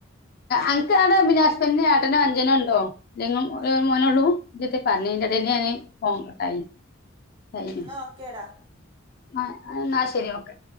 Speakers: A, on the left; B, on the right.
A: അന്ക്ക് ആടെ പിന്നെ ഹസ്ബൻ്റിന്ഏട്ടനെ അന്ജനോണ്ടോ? ഇജ്ജെന്നു മോനോള്ളൂ ഇജന്തേ പറഞ്ഞീന്നു ഇടേൽ ഫോൺ കട്ടായി. കഴിഞ്ഞു
B: ഉം, എന്നാ ഓക്കേടാ
A: ആ എന്നാ ശരി ഓക്കെ